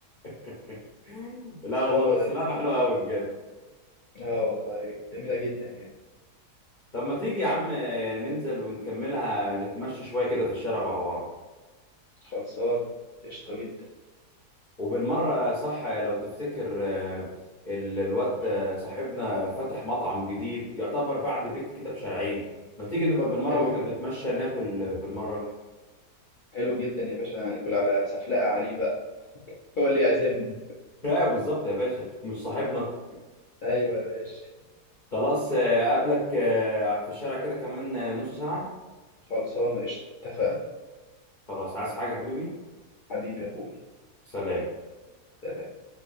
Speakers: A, on the left; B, on the left.
A: <laughs> لا والله
B: هو
A: بس
B: ده
A: لعبة حلوة قوي بجد
B: اه والله جميلة جدا يعني
A: طب ما تيجي يا عم آه، ننزل ونكملها نتمشى شوية كده في الشارع مع بعض
B: خلصان قشطة جدا
A: وبالمرة صح لو تفتكر آه، ال- الواد
B: مم.
A: آه، صاحبنا فتح مطعم جديد يعتبر بعد بيت كده بشارعين ما تيجي نبقى بالمرة
B: حلو
A: واحنا
B: جدا
A: بنتمشى ناكل آه، بالمرة
B: حلو جدا يا باشا هناكل على سفلقة عليه بقى هو اللي يعزمنا
A: <laughs> ايوه بالظبط يا باشا مش صاحبنا
B: ايوه يا باشا
A: <laughs> خلاص آه، اقابلك آه، في الشارع كده كمان آه، نص ساعة
B: خلصانة قشطة اتفقنا
A: خلاص عايز حاجة حبيبي
B: حبيبي يا اخوي
A: سلام
B: سلام.